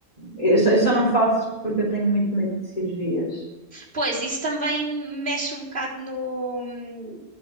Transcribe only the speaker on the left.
eu, só, eu só não faço porque eu tenho muito medo de cirurgias.